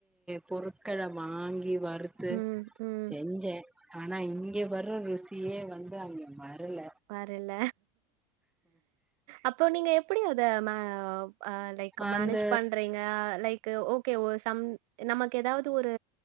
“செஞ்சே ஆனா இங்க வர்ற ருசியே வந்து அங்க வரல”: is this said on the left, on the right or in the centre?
Centre